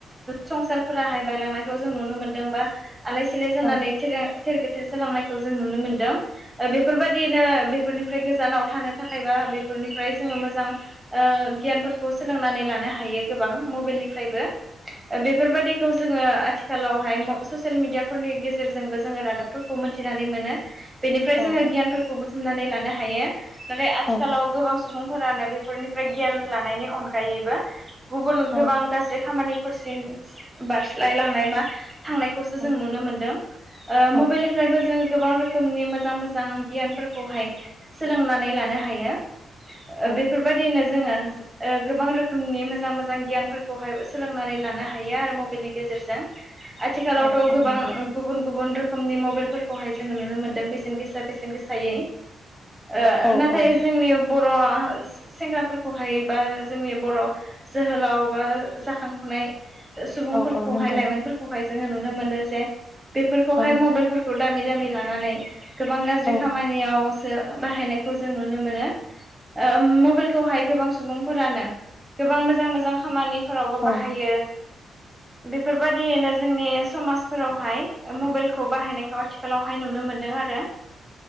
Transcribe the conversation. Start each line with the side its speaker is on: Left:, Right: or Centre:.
Right: संसारफोरााहाय बायलांनायखौ जों नुनो मोनदों बा आलाय सिलाय जानानै
Left: औ
Right: थ थेर बेथेर जालांनायखौ जों नुनो मोनदों बेफोरबायदि बिनो बेफोरनिफ्राय गोजानाव थानो थाखाय बा बेफोरनिफ्राय जोङो मोजां गियानफोरखौ सोलोंनानै लानो हायो गोबां मबाइलनिफ्रायबो बेफोरबादिखौ जोङो आथिखालावहाय ससियेल मिडियाफोरनि गेजे गेजेरजोंबो जोङो रादाबफोरखौ मोनथिनानै मोनो बेनिफ्राय
Left: औ
Right: जोङो गियानफोरखौ बुथुमनानै लानो हायो नाथाय आथिखालाव
Left: औ
Right: गोबां सुबुंफोरानो बेफोरनिफ्राय गियान लानायनि अनगायैबो गुबुन
Left: औ
Right: गोबां गाज्रि खामानिफोरसिम बारस्लायलांनाय बा थांनाय खौसो
Left: औ
Right: जों नुनो मोनदों
Left: औ
Right: मबाइलनिफ्रायबो जोंङो गोबां रोखोम रोखोमनि मोजां मोजां गियानफोरखौहाय सोलोंनानै लानो हायो
Left: औ
Right: बे बेबायदिनो जोङो ओ गोबां रोखोमनि मोजां मोजां गियानफोरखौहाय सोलोंनानै लानो हायो आरो मबाइलनि गेजेरजों आथिखालावथ'
Left: औ औ
Right: गोबां
Left: नंगौ
Right: गुबुन गुबुन रोखोमनि मबाइलफोरखौहाय जोङो नुनो मोनदों बेसेन गोसा बेसेन गोसायै ओ
Left: औ
Right: नाथाय
Left: औ
Right: जोंनि बर' सेंग्राफोरखौहाय‌ बा जोंनि बर' जोहोलाव बा जाखांफुनाय सुबुंफोरखौहाय
Left: औ औ नंगौ
Right: लाइमोनफोरखौहाय जोङो नुनो मोनो जे बेफोरखौहाय
Left: औ
Right: मबाइलफोरखौ दामि दामि लानानै गोबां गाज्रि
Left: औ
Right: खामानि नियावसो बाहायनायखौ जों नुनो मोनो ओ मबाइलखौहाय गोबां सुबुंफोरानो गोबां मोजां मोजां खामानि फोरावबो
Left: औ
Right: बाहायो बेफोरबादियैनो जोंनि समाजफोराव मबाइलखौ बाहायनायखौ आथिखालावहाय नुनो मोनदों आरो